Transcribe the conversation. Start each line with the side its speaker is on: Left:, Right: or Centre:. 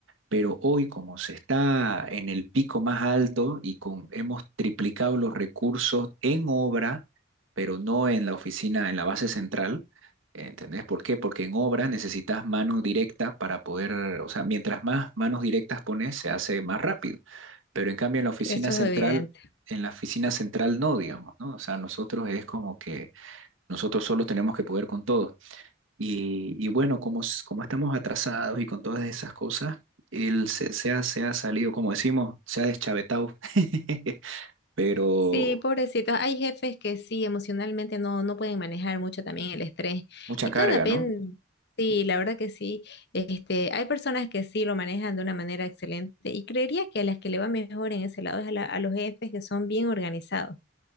Right: Pero hoy, como se está en el pico más alto y con, hemos triplicado los recursos en obra, pero no en la oficina, en la base central, ¿entendés por qué? Porque en obra necesitas mano directa para poder, o sea, mientras más manos directas pones, se hace más rápido. Pero en cambio en la oficina
Left: Eso
Right: central,
Left: es evidente.
Right: en la oficina central no, digamos, ¿no? O sea, nosotros es como que nosotros solos tenemos que poder con todo. Y, y bueno, como, s- como estamos atrasados y con todas esas cosas, él se, se ha, se ha salido, como decimos, se ha deschavetado, <laughs> pero
Left: Sí, pobrecitos. Hay jefes que sí, emocionalmente no, no pueden manejar mucho también el estrés.
Right: mucha
Left: Y
Right: carga,
Left: todo depende,
Right: ¿no?
Left: sí, la verdad que sí. Este, hay personas que sí lo manejan de una manera excelente y creería que a las que le va mejor en ese lado es a, la- a los jefes que son bien organizados